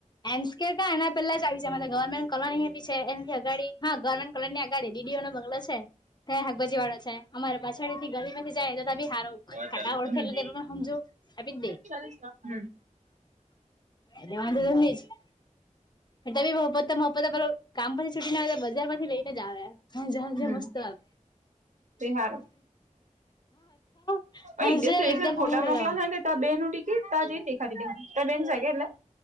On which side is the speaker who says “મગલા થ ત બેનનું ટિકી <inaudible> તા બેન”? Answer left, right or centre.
Right